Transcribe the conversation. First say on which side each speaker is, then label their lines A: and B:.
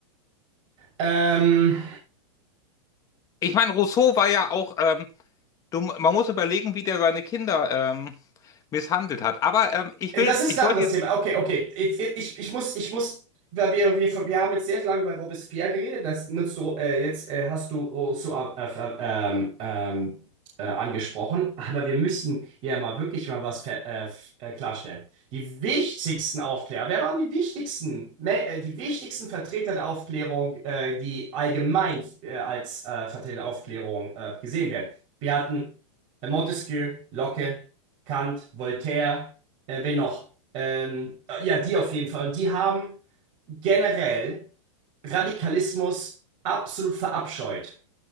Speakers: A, on the right; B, on the left.
A: ähm,
B: Ich meine, Rousseau war ja auch, ähm, dumm, man muss überlegen, wie der seine Kinder ähm, misshandelt hat. Aber ähm, ich will,
A: Das ist
B: ich
A: ein
B: wollte
A: anderes
B: jetzt,
A: Thema. Okay, okay. Jetzt, jetzt- ich, ich muss, ich muss, weil wir, wir, wir haben jetzt sehr lange über Robespierre geredet. Das nutzt du, äh, jetzt äh, hast du Rousseau äh, ver- ähm, ähm, äh, angesprochen. Aber wir müssen hier mal wirklich mal was ver- äh, f- äh, klarstellen. Die wichtigsten Aufklärer, wer waren die wichtigsten, Me- äh, die wichtigsten Vertreter der Aufklärung, äh, die allgemein äh, als äh, Vertreter der Aufklärung äh, gesehen werden? Wir hatten äh, Montesquieu, Locke, Kant, Voltaire. Äh, wen noch? Ähm, ja, die auf jeden Fall. Und die haben generell Radikalismus absolut verabscheut.